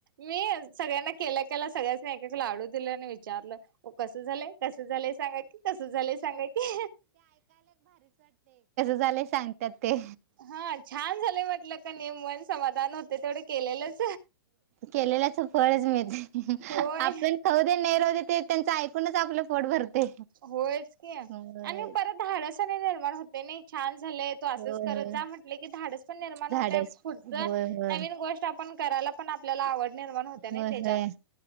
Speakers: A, on the right; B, on the right.
A: मी सगळ्यांना केल्या केला सगळ्या.... एक एक लाडू दिलं आणि विचारलं... हो कसं झालंय कस झालंय सांगाय कि कस झालंय सांगाय कि....
B: झालं सांगतात ते....
A: हा छान झाले म्हटलं का निय मन समाधान होते तेवढे केलेलंच....
B: केलेल्याच फळच मिळते
A: होय
B: आपण खाऊ दे नाही राहू दे ते त्यांच ऐकूनच आपलं.... पोट भरते
A: होयच की
B: होय
A: आणि परत धाडस नाही निर्माण होते नाही छान... झाय त असंच
B: होय
A: करत
B: होय
A: जा म्हट की धाडस पण निर्माण
B: झाडच
A: होत पुढच
B: होय होय
A: नवीन गोष्ट आपण.... करायला पण आपल्याला आवड... निर्माण होते नाही
B: होय
A: त्याच्यात.
B: होय